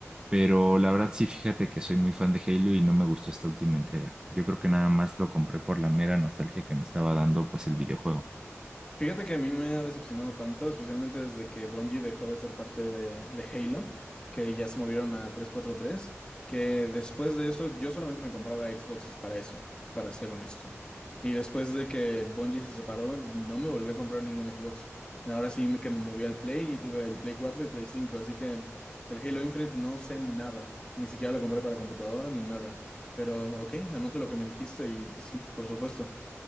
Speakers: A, on the right; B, on the left.
A: Pero la verdad sí, fíjate que soy muy fan de Halo y no me gustó esta última entrega. Yo creo que nada más lo compré por la mera nostalgia que me estaba dando pues el videojuego.
B: Fíjate que a mí me ha decepcionado tanto, especialmente desde que Bungie dejó de ser parte de, de Halo, que ya se movieron a trescientos cuarenta y tres. que después de eso yo solamente me compraba Xboxes para eso, para ser honesto. Y después de que Bungie se separó, no me volví a comprar ningún Xbox. Ahora sí me- que me moví al Play y tuve el Play 4 y Play cinco. así que del Halo Infinite no sé nada, ni siquiera lo compré para computadora ni nada. Pero ok, anoto lo que me dijiste y sí, por supuesto.